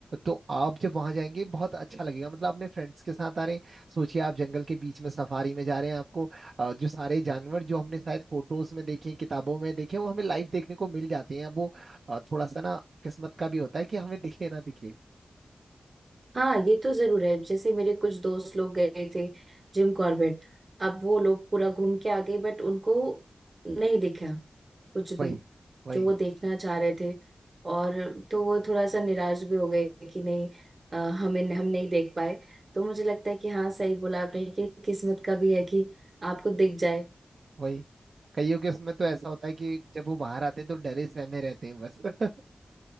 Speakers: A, on the right (about 75°); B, on the right (about 50°).
A: तो आप जब वहाँ जाएंगे बहुत अच्छा लगेगा मतलब अपने फ्रेंड्स के साथ आ रहे हैं सोचिए आप जंगल के बीच में सफारी में जा रहे हैं आपको अ, जो सारे जानवर जो हमने शायद फोटोज में देखे किताबों में देखे वो हमें लाइव देखने को मिल जाते हैं अब वो अ, थोड़ा सा ना किस्मत का भी होता है कि हमें दिखे ना दिखे
B: हाँ ये तो जरूर है जैसे मेरे कुछ दोस्त लोग गए थे जिम कॉर्बेट अब वो लोग पूरा घूम के आ गए बट उनको नहीं दिखा कुछ
A: वही
B: भी
A: वही
B: जो वो देखना चाह रहे थे और तो वो थोड़ा सा निराश भी हो गए कि नहीं अ, हमें हम नहीं देख पाए तो मुझे लगता है कि हाँ सही बोला आपने कि किस्मत का भी है कि आपको दिख जाए
A: वही कईयों के उसमें तो ऐसा होता है कि जब वो बाहर आते हैं तो डरे सहमे रहते हैं बस <laughs>